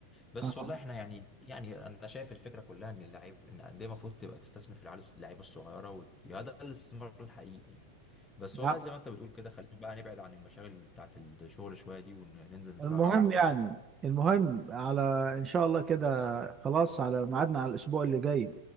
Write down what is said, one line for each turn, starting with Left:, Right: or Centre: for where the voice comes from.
Left: بس
Right: آه.
Left: والله احنا يعني يعني انا شايف الفكره كلها ان اللعيب ان الانديه المفروض تبقى تستثمر في العيال- اللعيبه الصغيره وده ده الاستثمار الحقيقي بس والله
Right: نعم.
Left: زي ما انت بتقول كده خلينا بقى نبعد عن المشاغل بتاعت الشغل شويه دي وننزل نتفرج
Right: المهم
Left: على ماتش
Right: يعني
Left: سوا
Right: المهم على ان شاء الله كده خلاص على ميعادنا على الاسبوع اللي جاي